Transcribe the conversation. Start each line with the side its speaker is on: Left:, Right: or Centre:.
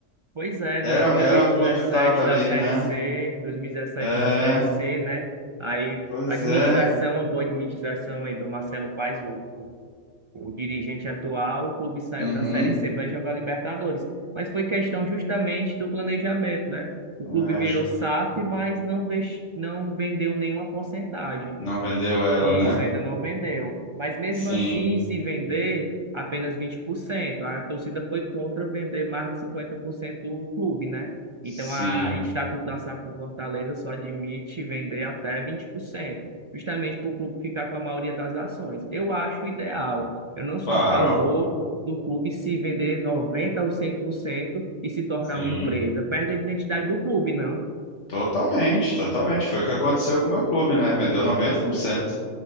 Right: Pois é, dois
Left: Era,
Right: mil
Left: era
Right: e
Left: um
Right: dezessete
Left: clube que tava ali,
Right: da Série
Left: né?
Right: C, dois mil e dezessete
Left: É,
Right: na Série C, né? Aí,
Left: pois
Right: administração,
Left: é.
Right: a boa administração aí do Marcelo Paes, o, o O dirigente atual, o clube saiu
Left: Uhum.
Right: da Série C para jogar Libertadores. Mas foi questão justamente do planejamento, né? O
Left: É,
Right: clube virou
Left: acho que
Right: SAF, mas não, ves- não vendeu nenhuma porcentagem.
Left: não vendeu ela,
Right: Isso
Left: né?
Right: ainda não vendeu. Mas mesmo
Left: Sim,
Right: assim, se vender apenas 20%, a torcida foi contra vender mais de 50% do clube, né?
Left: sim.
Right: Então, a o Estatuto da SAF do Fortaleza só admite vender até 20%, justamente para o clube ficar com a maioria das ações. Eu acho ideal. Eu não sou
Left: Claro,
Right: a favor do clube se vender 90% ou 100% e se tornar
Left: sim.
Right: uma empresa. Perde a identidade do clube, não?
Left: Totalmente, totalmente. Foi o que aconteceu com o meu clube, né? Vendeu 90%.